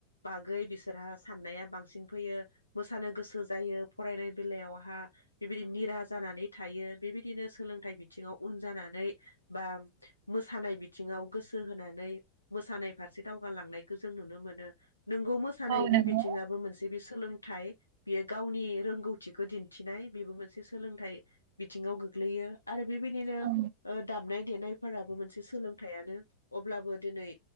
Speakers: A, on the left; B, on the right.
A: बागै बिसोरहा साननाया बांसिन फैयो मोसानो गोसो जायो फरायनाय बेलायाव हा बेबायदि निरा जानानै थायो बेबायदिनो सोलोंथाइ बिथिङाव उन जानानै बा मोसानाय बिथिङाव गोसो होनानै मोसानाय फारसे दावगालांनायखौ जों नुनो मोनो नोंगौ मोसानायनि
B: औ नंगौ
A: बिथिङाबो मोनसे जे बे सोलोंथाइ बियो गावनि रोंगौथिखौ दिन थिनाय बेबो मोनसे सोलोंथाइ बिथिङाव गोग्लैयो आरो बेबायदिनो
B: औ
A: ओ दामनाय देनायफोराबो मोनसे सोलोंथाइयानो अब्लाबो दिनै